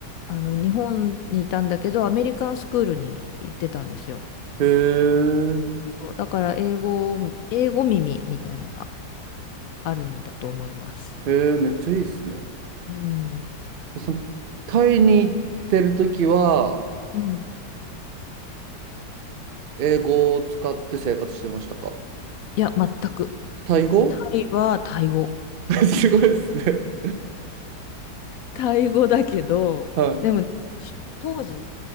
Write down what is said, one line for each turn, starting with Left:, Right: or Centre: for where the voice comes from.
Left: あの、日本にいたんだけど、アメリカンスクールに行ってたんですよ。
Right: へえ。
Left: そうだから英語、英語耳みたいのがあるんだと思います。
Right: へえ、めっちゃいいっすね。
Left: うん。
Right: その、タイに行ってるときは、
Left: うん。
Right: 英語を使って生活してましたか
Left: いや、全く。
Right: タイ語
Left: タイはタイ語。
Right: <laughs> すごいっすね。
Left: タイ語だけど、
Right: はい。
Left: でも、し当時、